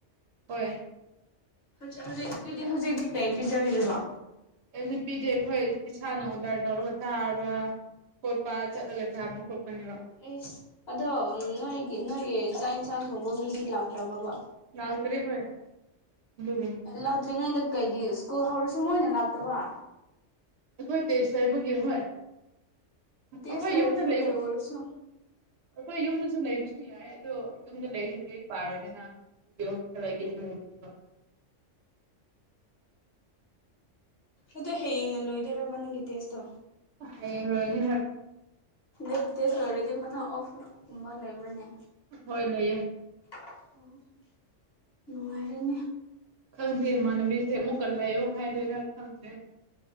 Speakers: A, on the right (about 65°); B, on the left (about 55°).
A: ꯍꯣꯏ
B: <unintelligible> ꯍꯧꯖꯤꯛ ꯑꯗꯨꯗꯤ ꯍꯧꯖꯤꯛꯇꯤ ꯀꯩ ꯄꯤꯖꯕꯤꯔꯤꯕꯣ
A: <unintelligible> ꯑꯩꯈꯣꯏ ꯏꯁꯥꯅ ꯑꯣꯔꯗꯔ ꯇꯧꯔꯒ ꯊꯥꯔꯕ꯭ꯔꯥ ꯈꯣꯠꯄ ꯆꯠꯂꯒ ꯆꯥꯕ ꯈꯣꯠꯄꯅꯦꯕ
B: ꯑꯦꯁ ꯑꯗꯣ ꯅꯣꯏꯒꯤ ꯅꯣꯏꯒꯤ ꯆꯥꯛ ꯌꯦꯟꯁꯥꯡ ꯊꯣꯡꯕ ꯃꯤꯗꯤ ꯂꯥꯛꯇ꯭ꯔꯕ ꯕꯥ
A: ꯂꯛꯇꯔꯤ ꯐꯥꯌꯦ <unintelligible>
B: ꯂꯥꯛꯇ꯭ꯔꯤꯉꯩꯗ ꯀꯩꯒꯤ ꯁ꯭ꯀꯨꯜ ꯍꯧꯔꯁꯨ ꯃꯣꯏꯅ ꯂꯥꯛꯇꯕ
A: ꯑꯩꯈꯣꯏ ꯇꯦꯁ ꯂꯩꯕꯒꯤ ꯍꯣꯏ
B: ꯇꯦꯁ
A: ꯑꯩꯈꯣꯏ
B: ꯂꯩꯔꯁꯨ
A: ꯌꯨꯝꯗ ꯂꯩꯕ
B: ꯀꯩ ꯑꯣꯏꯔꯁꯨ
A: ꯑꯩꯈꯣꯏ ꯌꯨꯝꯗꯁꯨ ꯂꯩꯕꯁꯨ ꯌꯥꯏ ꯑꯗꯣ ꯌꯨꯝꯗ ꯂꯩꯔꯤꯛ ꯄꯥꯔꯣꯏꯗꯅ <unintelligible>
B: ꯑꯗꯨꯗꯣ ꯍꯌꯦꯡꯅ ꯂꯣꯏꯗꯣꯏꯔꯕ ꯅꯪꯒꯤ ꯇꯦꯁꯇꯣ
A: ꯍꯌꯦ ꯂꯣꯏ ꯍꯣꯏ
B: ꯑ ꯇꯦꯁ ꯑꯣꯏꯔꯗꯤ ꯃꯊꯪ ꯑꯣꯐꯀꯨꯝꯕ ꯂꯩꯕ꯭ꯔꯅꯦ
A: ꯍꯣꯏ ꯂꯩꯌꯦꯦ
B: ꯑꯣ ꯅꯨꯡꯉꯥꯏꯔꯦꯅꯦ
A: ꯈꯪꯁꯦ ꯏꯃꯥꯟꯅꯕꯤꯁꯦ ꯑꯃꯨꯛꯀꯟ ꯂꯥꯛꯌꯣ ꯍꯥꯏꯗꯣꯏꯔꯥ ꯈꯪꯗꯦ